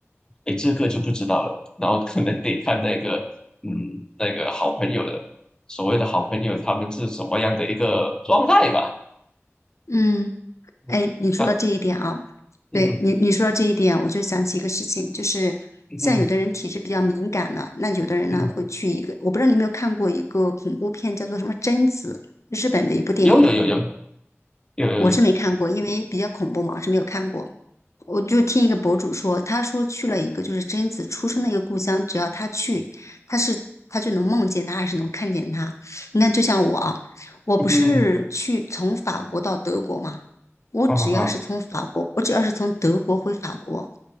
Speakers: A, on the left; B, on the left.
A: 哎，这个就不知道了。然后可能得看那个，嗯，那个好朋友的，所谓的好朋友，他们是什么样的一个状态吧。
B: 嗯。
A: 嗯啊，
B: 哎，你说到这一点啊，
A: 嗯哼
B: 对你你说到这一点，我就想起一个事情，就是像有的人体质比较敏感的，
A: 嗯哼
B: 那有的人呢会去一个，
A: 嗯哼，
B: 我不知道你有没有看过一个恐怖片，叫做什么《贞子》，日本的一部电影，
A: 有有有有有有，
B: 我是没看过，因为比较恐怖嘛，我是没有看过。我就听一个博主说，他说去了一个就是贞子出生的一个故乡，只要他去，他是他就能梦见他，还是能看见他。你看，就像我啊，我不是去从法国到德国嘛，
A: 嗯，
B: 我只要是从法国，
A: 啊哈哈，
B: 我只要是从德国回法国，